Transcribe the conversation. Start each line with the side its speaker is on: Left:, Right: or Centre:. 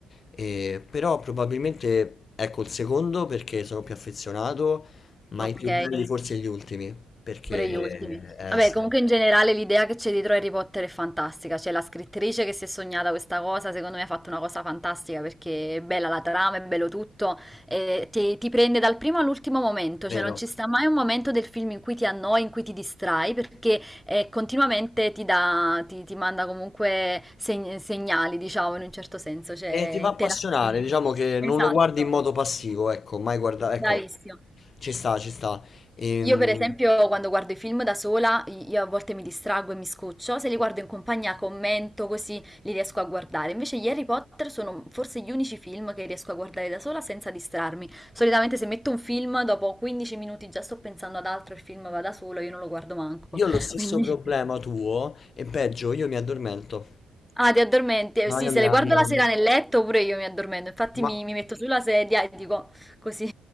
Left: E, però probabilmente ecco il secondo perché sono più affezionato, ma
Centre: Ok,
Left: i più belli forse gli ultimi, perché
Centre: pure gli ultimi.
Left: eh,
Centre: Vabbè,
Left: sì,
Centre: comunque in generale l'idea che c'è dietro Harry Potter è fantastica. C'è la scrittrice che si è sognata questa cosa, secondo me ha fatto una cosa fantastica perché è bella la trama, è bello tutto, e ti, ti prende dal primo all'ultimo momento,
Left: vero.
Centre: cioè non ci sta mai un momento del film in cui ti annoi, in cui ti distrai, perché eh, continuamente ti dà, ti, ti manda comunque seg- segnali, diciamo, in un certo senso, cioè
Left: E ti fa
Centre: interattivi.
Left: appassionare, diciamo che non
Centre: Esatto.
Left: lo guardi in modo passivo, ecco, mai guarda, ecco,
Centre: Bravissimo.
Left: ci sta, ci sta. Ehm,
Centre: Io per esempio quando guardo i film da sola, io a volte mi distraggo e mi scoccio, se li guardo in compagnia commento così li riesco a guardare. Invece gli Harry Potter sono forse gli unici film che riesco a guardare da sola senza distrarmi. Solitamente se metto un film, dopo 15 minuti già sto pensando ad altro, il film va da solo, io non lo guardo manco.
Left: io
Centre: <laughs>
Left: ho lo stesso
Centre: Quindi...
Left: problema tuo e peggio, io mi addormento.
Centre: Ah, ti addormenti? Eh,
Left: No,
Centre: Sì,
Left: io
Centre: se
Left: mi,
Centre: le guardo
Left: mi-
Centre: la sera nel letto, pure io mi addormento. Infatti
Left: ma,
Centre: mi, mi metto sulla sedia e dico così.